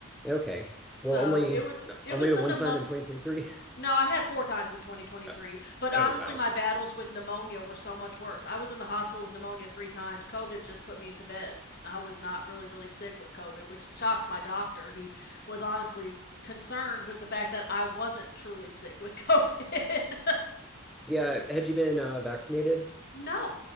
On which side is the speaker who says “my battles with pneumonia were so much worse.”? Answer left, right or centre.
Left